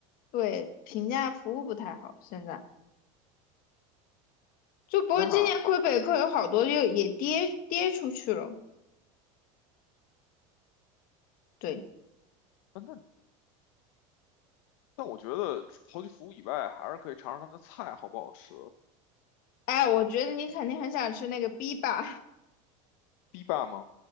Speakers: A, on the left; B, on the left.
A: 对评价服务不太好，现在就不过今年魁北克有好多就也跌跌出去了。
B: 那
A: 对，
B: 那。但我觉得刨去服务以外，还是可以尝尝它的菜好不好吃。
A: 哎，我觉得你肯定很想吃那个 B 吧？<laughs>
B: 堤坝吗？